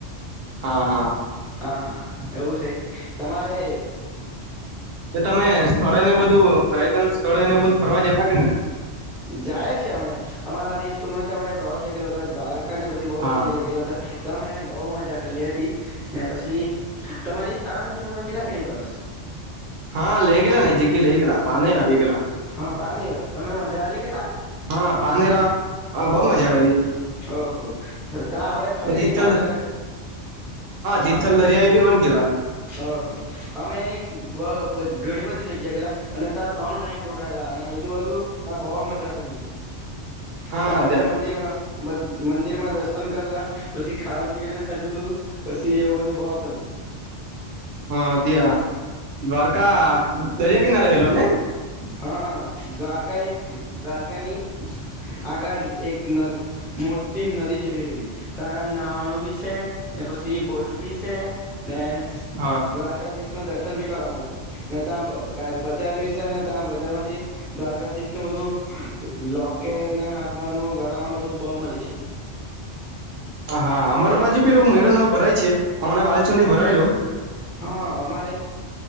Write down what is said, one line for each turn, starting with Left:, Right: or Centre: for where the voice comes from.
Right: હા હા
Centre: હા હા એવું છે. તમારે.
Right: તમે સ્થળે ને બધું પ્ર્યટન સ્થળેને બધું ફરવા જતા કે નથી.
Centre: જાય છે અમે અમારે એ સ્કૂલમાંથી આપણે પ્રવાસે લઈ ગયેલા હતા દ્વાર અને બધી બહુ
Right: હા
Centre: જગ્યાએ લઇ ગયેલા હતા. તમે બહુ મજા કરલી હતી ને પછી તમારી શાળામાંથી તમે ગેલા કે ની પ્રવાસ.
Right: હા, લઈ ગેલા નજીક લઈ ગેલા પાનેરા લઈ ગેલા.
Centre: હા પાનેરા તમે મજા હાલી કેતા.
Right: હા પાનેરા બહુ મજા આવેલી.
Centre: ઓહો તા આપડે ફરી
Right: તિથલ
Centre: પાના હા
Right: તિથલ દરિયાએ બી પણ ગેલા
Centre: ઓહો અમે ઈ બ ઘણી બધી જગ્યા એ ગેલા. અને તા ત્રણ નાઈટ રોકાયેલા અને જે અધુ તા બહુ મજા કરલીએ
Right: હા
Centre: તા બધે
Right: ત્યાં
Centre: મંદિરમાં મદ મંદિરમાં દર્શન કરલા પછી ખાન પીને ખદલુ પછી એવું બધું બો કરલું.
Right: હા ત્યાં દ્વારકા દરિયા કિનારે રહેલો ને
Centre: હા અ દ્વારકા એક દ્વારકાની આગાડી એક નદ મોટી નદી જેવી હેલી તા નાવાનું ભી છે ને પછી બોટ ભી છે. અને
Right: હા
Centre: દ્વારકાધીસ ના દર્શન ભી કરવા મળે છે ને તા બ ક્યારે બજાર વિશે અને તા બજાર માંથી દ્વારકાઘીશ નું બધું લોકેટ ને હાથમાંનું ગળાનું બધું બવ મલે છે.
Right: હા
Centre: આપડે
Right: અમારા બાજુ બી એવું મેળો ને એવું ભરાય છે હમણાં બાલચુંડી ભરાય લો
Centre: હ અમારે